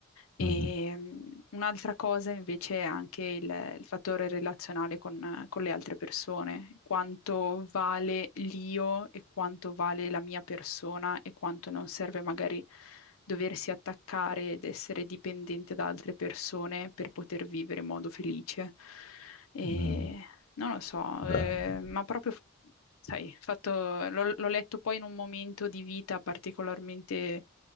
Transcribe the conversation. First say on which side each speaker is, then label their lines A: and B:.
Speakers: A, on the left (about 80°); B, on the left (about 40°).
A: E
B: mhm,
A: mh, un'altra cosa invece è anche il, il fattore relazionale con, con le altre persone, quanto vale l'io e quanto vale la mia persona e quanto non serve magari doversi attaccare ed essere dipendente da altre persone per poter vivere in modo felice. E
B: mhm,
A: non lo so,
B: bene.
A: eh, ma proprio, sai, fatto- l'ho l'ho letto poi in un momento di vita particolarmente